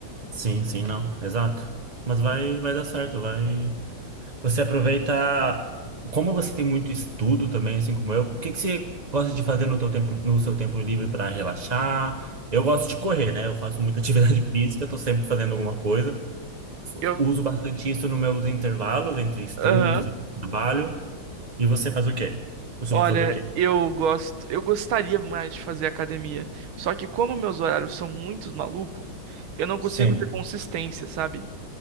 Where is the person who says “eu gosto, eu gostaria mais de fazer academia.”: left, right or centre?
Right